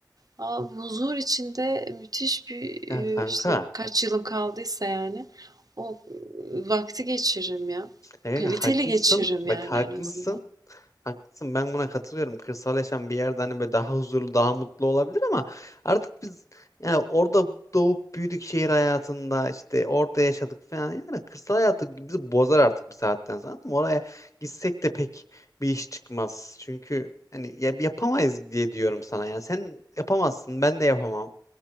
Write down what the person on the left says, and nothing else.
Ya kanka
E,
haklısın.
Bak
haklısın.
Haklısın. Ben buna katılıyorum. Kırsal yaşam bir yerde hani böyle daha huzurlu, daha mutlu olabilir ama artık biz yani orada doğup büyüdük şehir hayatında işte orada yaşadık falan. Yani kırsal hayatı bizi bozar artık bir saatten sonra. Ama oraya gitsek de pek bir iş çıkmaz. Çünkü hani ya- yapamayız diye diyorum sana. Yani sen yapamazsın, ben de yapamam.